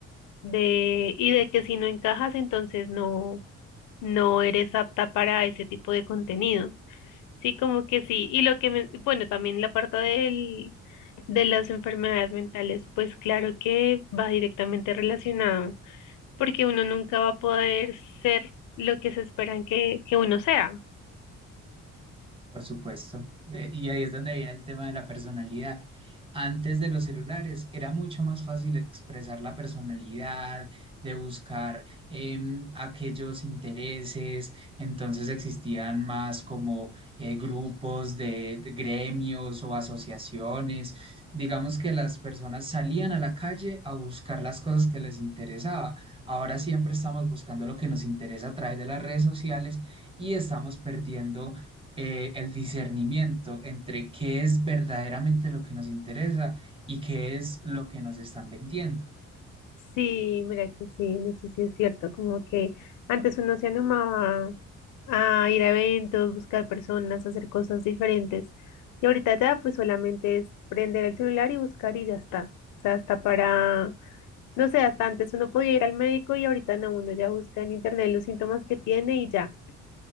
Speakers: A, on the left; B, on the right.
A: de, y de que si no encajas, entonces no, no eres apta para ese tipo de contenido. Sí, como que sí. Y lo que, men- bueno, también la parte del, de las enfermedades mentales, pues claro que va directamente relacionado, porque uno nunca va a poder ser lo que se esperan que, que uno sea.
B: Por supuesto. Eh, y ahí es donde viene el tema de la personalidad. Antes de los celulares era mucho más fácil expresar la personalidad, de buscar em, aquellos intereses. Entonces existían más como eh, grupos de, de gremios o asociaciones. Digamos que las personas salían a la calle a buscar las cosas que les interesaba. Ahora siempre estamos buscando lo que nos interesa a través de las redes sociales y estamos perdiendo eh, el discernimiento entre qué es verdaderamente lo que nos interesa y qué es lo que nos están vendiendo.
A: Sí, mira que sí, en eso sí es cierto, como que antes uno se animaba a ir a eventos, buscar personas, hacer cosas diferentes. Y ahorita ya pues solamente es prender el celular y buscar y ya está. O sea, hasta para, no sé, hasta antes uno podía ir al médico y ahorita no, uno ya busca en internet los síntomas que tiene y ya.